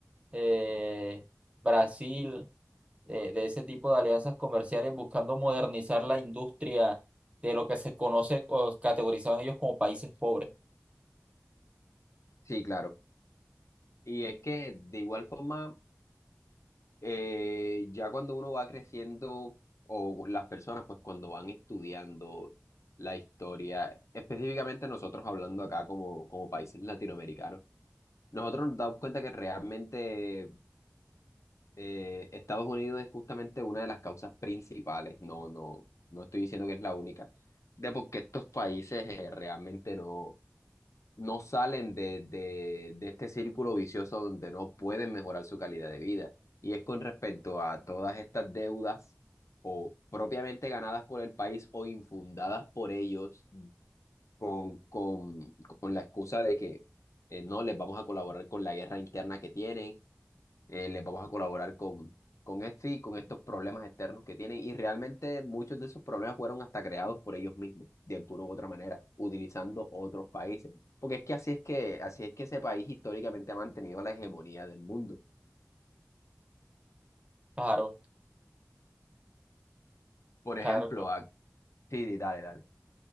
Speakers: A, on the right; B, on the left.
A: eh, Brasil, eh, de ese tipo de alianzas comerciales, buscando modernizar la industria de lo que se conoce o categorizaban ellos como países pobres.
B: Sí, claro. Y es que de igual forma... eh, ya cuando uno va creciendo, o las personas, pues cuando van estudiando la historia, específicamente nosotros hablando acá como, como países latinoamericanos, nosotros nos damos cuenta que realmente eh, Estados Unidos es justamente una de las causas principales, no, no, no estoy diciendo que es la única, de por qué estos países eh, realmente no no salen de, de, de este círculo vicioso donde no pueden mejorar su calidad de vida. Y es con respecto a todas estas deudas o propiamente ganadas por el país o infundadas por ellos con, con, con la excusa de que eh, no les vamos a colaborar con la guerra interna que tienen eh, les vamos a colaborar con, con este y con estos problemas externos que tienen. Y realmente muchos de esos problemas fueron hasta creados por ellos mismos, de alguna u otra manera, utilizando otros países. Porque es que así es que, así es que ese país históricamente ha mantenido la hegemonía del mundo.
A: Claro,
B: Por
A: claro.
B: ejemplo,
A: claro.
B: a... sí, dale, dale.